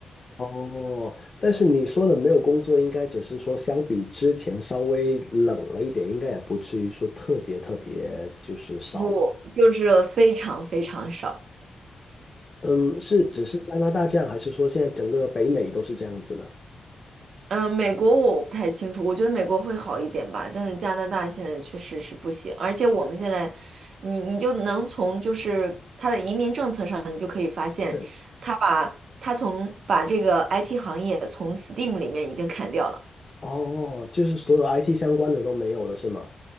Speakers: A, on the left (about 25°); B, on the right (about 60°).
A: 哦，但是你说的没有工作，应该只是说相比之前稍微冷了一点，应该也不至于说特别特别就是少吧。
B: 不，就是非常非常少。
A: 嗯，是只是加拿大这样，还是说现在整个北美都是这样子呢？
B: 嗯，呃美国我不太清楚，我觉得美国会好一点吧，但是加拿大现在确实是不行，而且我们现在，你你就能从就是他的移民政策上，你就可以发现，
A: 是，
B: 他把他从把这个 IT 行业从 STEAM 里面已经砍掉了，
A: 哦，就是所有 IT 相关的都没有了，是吗？